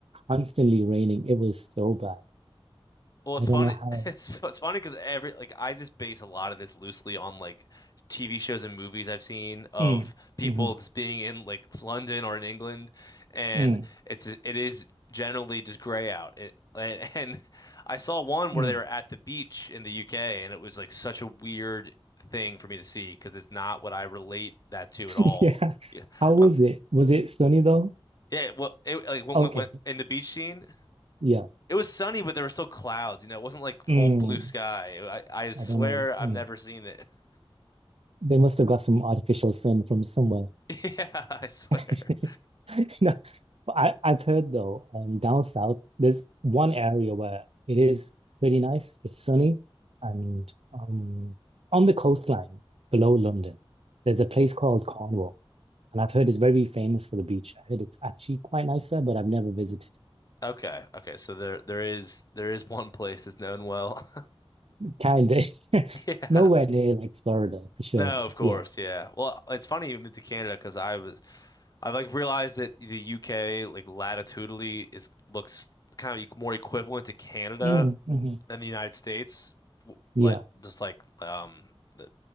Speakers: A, on the right; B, on the left.
A: constantly raining. It was so bad.
B: Well, it's
A: I don't
B: funny.
A: know how.
B: <laughs> It's it's funny because every like I just base a lot of this loosely on like TV shows and movies I've seen of
A: Mm,
B: people
A: mm,
B: just being in like London or in England, and
A: mm,
B: it's it is generally just gray out. It, and, <laughs> and I saw one
A: mm,
B: where they were at the beach in the UK, and it was like such a weird thing for me to see because it's not what I relate that to
A: <laughs>
B: at all.
A: Yeah.
B: Yeah,
A: How was
B: uh,
A: it? Was it sunny though?
B: yeah. Well, it, like when,
A: Okay.
B: when when- in the beach scene.
A: Yeah.
B: It was sunny, but there were still clouds. You know, it wasn't like full
A: mm.
B: blue sky. I, I swear
A: I don't know.
B: I've
A: mm.
B: never seen it. <laughs>
A: They must have got some artificial sun from somewhere.
B: Yeah, I swear.
A: <laughs> No, but I, I've heard though, um, down south, there's one area where it is pretty nice. It's sunny, and um, on the coastline below London, there's a place called Cornwall. And I've heard it's very famous for the beach. I heard it's actually quite nice there, but I've never visited.
B: Okay, okay. So there there is there is one place that's known well.
A: Kind of
B: <laughs>
A: <laughs>
B: Yeah.
A: nowhere near like Florida for sure.
B: No,
A: But
B: of course.
A: yeah.
B: Yeah. Well, it's funny you moved to Canada because I was I like realized that the UK like latitudinally is looks kind of e- more equivalent to Canada
A: Mm, mhm.
B: than the United States. W-
A: Yeah.
B: Like just like um the,